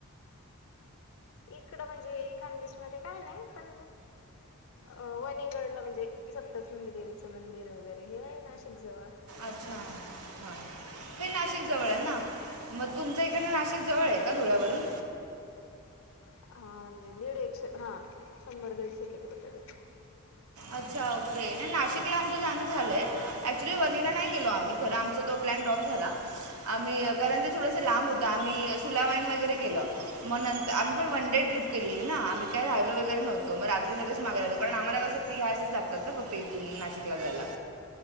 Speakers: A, on the left (about 65°); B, on the right (about 80°).
A: इकडं म्हणजे, खानदेशमध्ये काय नाहीये, पण अं, वणीगडला म्हणजे सप्तशृंगी देवीचं मंदिर वगैरे हे आहे ना, नाशिक जवळ.
B: अच्छा. हां हे
A: हम्म.
B: नाशिकजवळ आहे ना? मग तुमच्या इकडंन नाशिक जवळ आहे का, धुळ्यावरून?
A: हां, म्हणजे दीडशे, हा शंभर दीडशे किलोमीटर आहे.
B: अच्छा, ओके. नाही, नाशिकला आमचं जाणं झालंय. ऍक्च्युली, वर्णीला नाही गेलो आम्ही
A: हम्म, हम्म.
B: खरं आमचं दोघं प्लॅन ड्रॉप झाला. आम्ही कारण ते थोडसं लांब होतं आम्ही सुलावाईन वगैरे केलं, मग नंतर आम्ही वन
A: हां
B: डे
A: हां
B: ट्रिप केलेली ना, आम्ही काय राहिलो वगैरे नव्हतो, मग रात्री लगेच मागारी आलो, कारण आम्हांला कसं <unintelligible> घ्यायलाच लागतात ना, <unintelligible> इथून नाशिकला जायला